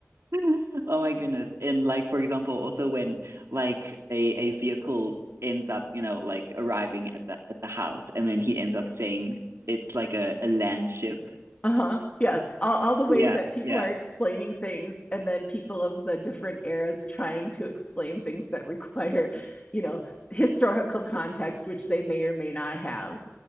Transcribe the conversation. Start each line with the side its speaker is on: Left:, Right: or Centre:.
Right: <laughs> oh my goodness. And like for example, also when like a a vehicle ends up, you know, like arriving at the at the house and then he ends up saying it's like a, a land ship.
Left: Uh-huh. Yes. All, all the ways
Right: Yeah,
Left: that people
Right: yeah.
Left: are explaining things and then people of the different eras trying to explain things that require, you know, historical context, which they may or may not have.